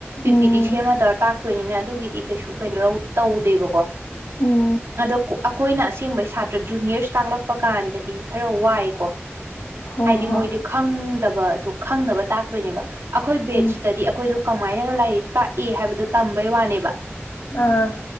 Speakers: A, on the left; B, on the right.
A: ꯎꯝ
B: ꯄꯤꯗꯤ ꯁꯦꯝꯃ ꯇꯧꯔ ꯇꯥꯛꯇꯣꯏꯅꯤꯅ ꯑꯗꯨꯒꯤꯗꯤ ꯀꯩꯁꯨ ꯀꯩꯅꯣ ꯇꯧꯗꯦꯕꯀꯣ
A: ꯎꯝ
B: ꯑꯗꯣ ꯑꯩꯈꯣꯏꯅ ꯑꯁꯦꯡꯕꯩ ꯁꯥꯇ꯭ꯔ ꯖꯨꯅꯤꯌꯔꯁ ꯇꯥꯛꯂꯛꯄ ꯀꯥꯟꯗꯗꯤ ꯈꯔ ꯋꯥꯏꯀꯣ
A: ꯍꯣꯏ
B: ꯍꯥꯏꯗꯤ
A: ꯍꯣꯏ
B: ꯃꯣꯏꯗꯤ ꯈꯪꯗꯕ ꯑꯗꯨ ꯈꯪꯅꯕ ꯇꯥꯛꯇꯨꯏꯅꯦꯕ ꯑꯩꯈꯣꯏ ꯕꯦꯠꯁꯇꯗꯤ
A: ꯎꯝ
B: ꯑꯩꯈꯣꯏꯗꯣ ꯀꯃꯥꯏꯅ ꯂꯥꯏꯔꯤꯛ ꯇꯥꯛꯏ ꯍꯥꯏꯕꯗꯣ ꯇꯝ ꯕꯩ ꯋꯥꯅꯦꯕ
A: ꯑꯥ